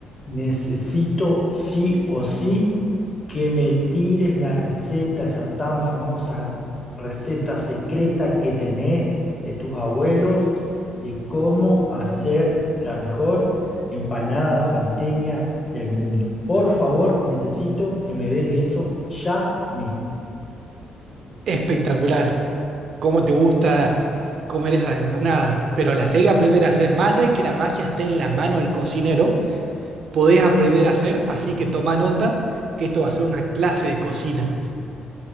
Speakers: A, on the left; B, on the right.
A: Necesito sí o sí que me tires la receta, esa tan famosa receta secreta que tenés de tus abuelos, de cómo hacer la mejor empanada salteña del mundo. Por favor, necesito que me des eso ya mismo.
B: Espectacular. ¿Cómo te gusta comer esas empanadas? Pero las tenés que aprender a hacer. Más allá de que la magia esté en la mano del cocinero, podés aprender a hacer, así que toma nota que esto va a ser una clase de cocina.